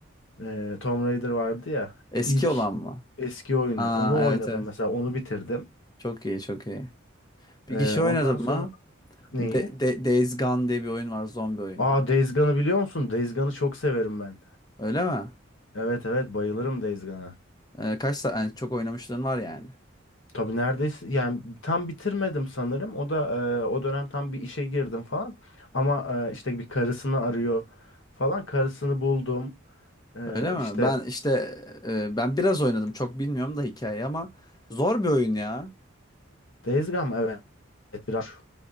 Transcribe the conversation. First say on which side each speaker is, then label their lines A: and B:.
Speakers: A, on the left; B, on the left.
A: e, Tomb Raider vardı ya
B: Eski
A: ilk
B: olan mı?
A: eski oyunu
B: Aa
A: onu
B: evet
A: oynadım
B: evet.
A: mesela onu bitirdim.
B: Çok iyi çok iyi. Bir
A: Ee,
B: kişi
A: ondan
B: oynadın
A: sonra
B: mı?
A: neyi?
B: De De- Days Gone diye bir oyun var. Zombi oyunu.
A: Aa Days Gone'ı biliyor musun? Days Gone'ı çok severim ben.
B: Öyle mi?
A: Evet evet bayılırım Days Gone'a.
B: Ee, kaç saat? yani çok oynamışlığın var yani.
A: Tabii neredeyse yani tam bitirmedim sanırım. O da e, o dönem tam bir işe girdim falan. Ama e, işte bir karısını arıyor falan. Karısını buldum. E,
B: Öyle
A: işte
B: mi? Ben işte e, ben biraz oynadım. Çok bilmiyorum da hikayeyi ama zor bir oyun ya.
A: Days Gone evet Evet, biraz